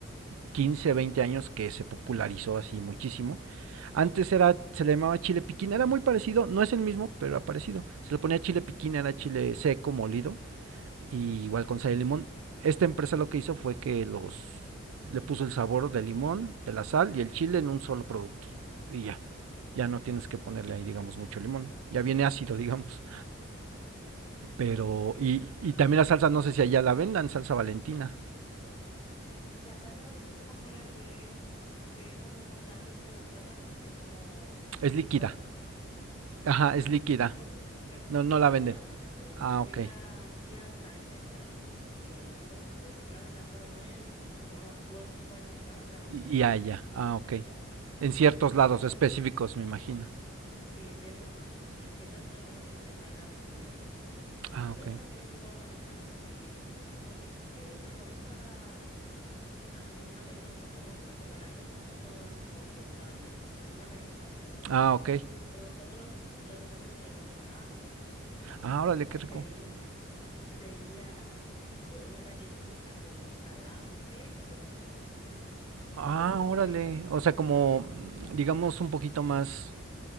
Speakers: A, on the right; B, on the left.
A: 15 20 años que se popularizó así muchísimo. Antes era, se le llamaba chile piquín, era muy parecido, no es el mismo, pero era parecido. Se le ponía chile piquín, era chile seco, molido, y igual con sal y limón. Esta empresa lo que hizo fue que los, le puso el sabor del limón, de la sal y el chile en un solo producto. Y ya, ya no tienes que ponerle ahí, digamos, mucho limón. Ya viene ácido, <laughs> digamos. Pero,
B: Ok.
A: y, y también la salsa, no sé si allá la vendan, salsa valentina.
B: La salsa blandina es como la que es, que es como con tajín, pero con otra cosa, es como
A: Es líquida.
B: roja.
A: Ajá, es
B: Ah,
A: líquida.
B: no, yo creo que no, creo,
A: No, no
B: creo
A: la venden.
B: que no la venden, pero
A: Ah,
B: sí
A: ok.
B: la, sí la traen de allá y, y algunas personas puede ser que la vendan, pero no es de que como que tú, la, va- tú vas a un supermercado donde la vas
A: Y,
B: encontrando.
A: y allá. Ah, ok.
B: Es raro.
A: En ciertos
B: Sí,
A: lados
B: mira,
A: específicos,
B: nosotros
A: me imagino.
B: Sí, en ciertos lados. Y ciertas personas que se encargan de vender eso.
A: Ah,
B: Nosotros
A: ok.
B: aquí en República Dominicana, si decimos, eh, ay, vamos a, a comer una merienda o vamos a comer algo, porque nosotros no le decimos de que botana en eso, le decimos una merienda o algo así.
A: Ah, ok.
B: Pero nosotros, lo de nosotros sería una empanada
A: Ah, órale,
B: o
A: qué
B: sería,
A: rico.
B: <laughs> sería eh, una galletita con salami, queso,
A: Ah,
B: ese tipo
A: órale.
B: de,
A: O
B: de
A: sea,
B: comida.
A: como, digamos, un poquito más,